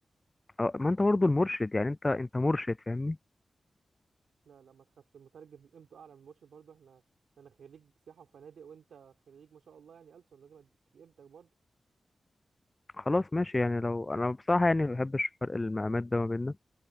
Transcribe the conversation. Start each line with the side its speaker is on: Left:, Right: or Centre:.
Left: أه ما انت برضه المرشد يعني انت انت مرشد فاهمني
Right: لا لا ما تخافش المترجم قيمته اعلى من المرشد برضو احنا انا خريج سياحه وفنادق وانت خريج ما شاء الله يعني ألسن لازم اديك قيمتك برضو
Left: خلاص ماشي يعني لو انا بصراحه يعني ما بحبش فرق المقامات ده ما بيننا